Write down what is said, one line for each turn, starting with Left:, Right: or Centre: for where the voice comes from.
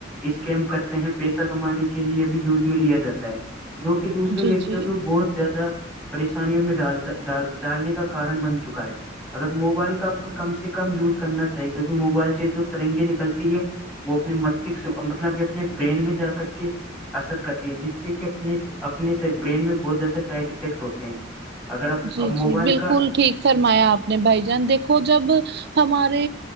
Centre: اسکم کرتے ہیں پیسہ کمانے کے لیے بھی یوز میں لیا جاتا ہے جو کہ دوسرے
Right: جی
Centre: وکتیوں
Right: جی
Centre: کو بہت زیادہ پریشانیوں میں ڈالتا ڈالنے کا کارن بن چکا ہے اگر موبائل کا کم سے کم یوز کرنا چاہیے کیونکہ موبائل سے جو ترنگے نکلتی ہے وہ اپنے مستشک مطلب کہ اپنے برین میں جا کر کے اثر کرتی ہے جس سے کہ اپنے اپنے سے برین میں بہت زیادہ سائڈ افیکٹ ہوتے ہیں اگر آپ
Right: جی
Centre: موبائل
Right: جی بالکل
Centre: کا
Right: ٹھیک فرمایا آپ نے بھائی جان دیکھو جب ہمارے